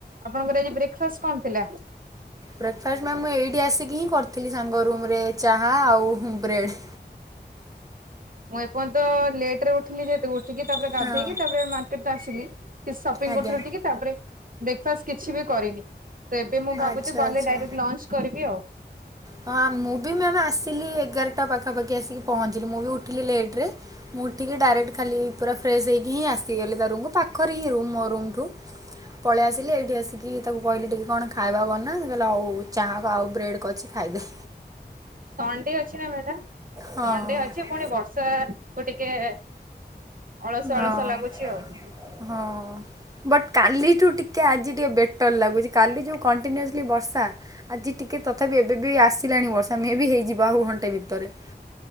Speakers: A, on the right; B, on the right.
A: ଆପଣଙ୍କର ଆଜି ବ୍ରେକ୍ଫାଷ୍ଟ କଣ ଥିଲା?
B: ବ୍ରେକ୍ଫାଷ୍ଟ ମ୍ୟାମ୍ ମୁଁ ଏଇଠି ଆସିକି ହିଁ କରିଥିଲି ସାଙ୍ଗ ରୁମ୍ରେ ଚାହା ଆଉ ବ୍ରେଡ଼୍।
A: ମୁଁ ଏପର୍ଯ୍ୟନ୍ତ ଲେଟ ରେ ଉଠିଲି ଯେହେତୁ ଉଠିକି ତାପରେ ଗାଧେଇକି
B: ହଁ
A: ତାପରେ ମାର୍କେଟ ତ ଆସିଲି। କି ସପିଂ
B: ଆଜ୍ଞା।
A: କରୁଥିଲ ଟିକେ ତାପରେ ବ୍ରେକ୍ଫାଷ୍ଟ କିଛି ବି କରିନି। ତ ଏବେ ମୁଁ ଭାବୁଛି
B: ଆଚ୍ଛା
A: ଗଲେ
B: ଆଚ୍ଛା।
A: ଡାଇରେକ୍ଟ ଲଞ୍ଚ କରିବି ଆଉ।
B: ହଁ ମୁଁ ବି ମ୍ୟାାମ ଆସିଲି ଏଗାରଟା ପାଖାପାଖି ଆସିକି ପହଞ୍ଚିଲି ମୁଁ ବି ଉଠିଲି ଲେଟରେ। ମୁଁ ଟିକି ଡାଇରେକ୍ଟ ଖାଲି ପୁରା ଫ୍ରେଶ୍ ହୋଇକିଁସିଗଲି ତା ରୁମକୁ ପାଖରେ ହିଁ ରୁମ୍ ମୋ ରୁମ୍ ଠୁ। ପଳେଇ ଆସିଲି ଏଇଠି ଆସିକି ତାକୁ କହିଲି ଟିକେ କଣ ଖାଇବା ବନା କହିଲା ହଉ ହଉ ଚାହା ଆଉ ବ୍ରେଡ଼୍ କରିଛି ଖାଇଇଦେ।
A: ସଣ୍ଡେ ଅଛି ନା ମ୍ୟାଡ଼ାାମ
B: ହଁ
A: ସଣ୍ଡେ ଅଛି ପୁଣି ବର୍ଷାକୁ ଟିକେ ଅଳସ
B: ହଁ।
A: ଅଳସ ଲାଗୁଛି ଆଉ।
B: ହଁ। ବଟ୍ କାଲିଠୁ ଟିକେ ଆଜି ଟିକେ ବେଟର୍ ଲାଗୁଛି କାଲି ଯେଉଁ କଣ୍ଟିନ୍ୟୁଅସ୍ଲି ବର୍ଷା। ଆଜି ଟିକେ ତଥାପି ଏବେ ବି ଆସିଲାଣି ବର୍ଷା ମେ ବି ହେଇଯିବ ଆଉ ଘଣ୍ଟେ ଭିତରେ।